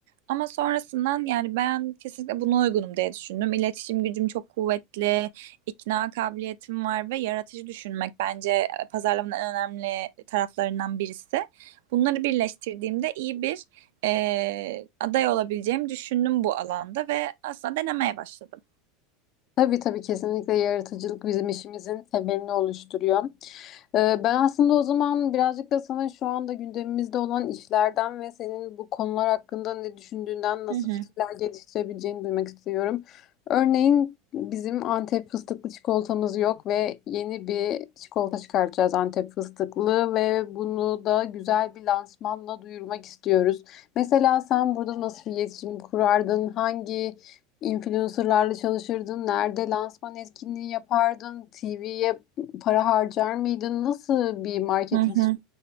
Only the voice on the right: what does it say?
Ama sonrasından yani ben kesinlikle buna uygunum diye düşündüm. İletişim gücüm çok kuvvetli, ikna kabiliyetim var ve yaratıcı düşünmek bence e, pazarlamanın en önemli taraflarından birisi. Bunları birleştirdiğimde iyi bir e, aday olabileceğimi düşündüm bu alanda ve aslında denemeye başladım.
Hı hı.
Hı hı.